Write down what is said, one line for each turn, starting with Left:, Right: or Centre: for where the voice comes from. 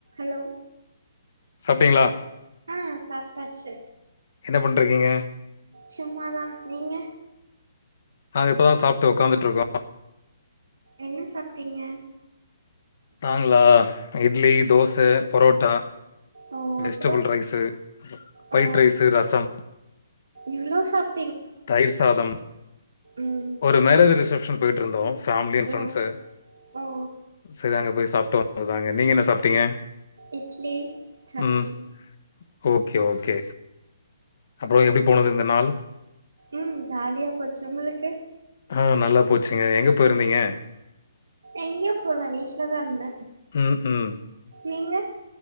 Right: Allow
Left: சாப்டிங்களா
Right: அ சாப்டாச்சு
Left: என்ன பண்ட்ருக்கீங்க
Right: சும்மா தா நீங்க
Left: நாங்க இப்ப தா சாப்ட்டு ஒக்காந்துட்டுருக்கோ
Right: என்ன சாப்ட்டீங்க
Left: நாங்களா இட்லி தோச பரோட்டா
Right: ஓ
Left: வெஜ்டபிள்
Right: அப்றோ
Left: ரைஸு ஒயிட்
Right: ஓ
Left: ரைஸு ரசம்
Right: இவ்ளோ சாப்
Left: தயிர் சாதம்
Right: ம்
Left: ஒரு மேரேஜ் ரிசப்ஷன் போயிட்ருந்தோம் பேமிலி அண்ட் பிரண்ட்ஸு
Right: ஓ ஓ
Left: சரி அங்க போய் சாப்ட்டு வந்ததுதாங்க நீங்க என்ன சாப்ட்டீங்க
Right: இட்லி சட்னி
Left: ம். ஓகே ஓகே அப்பறம் எப்டி போனது இந்த நாள்
Right: ம் ஜாலியா போச்சி உங்களுக்கு.
Left: ஆ நல்லா போச்சுங்க எங்கே போய்ருந்திங்க.
Right: எங்கியு போல வீட்லதா இருந்த
Left: ம், ம்.
Right: நீங்க.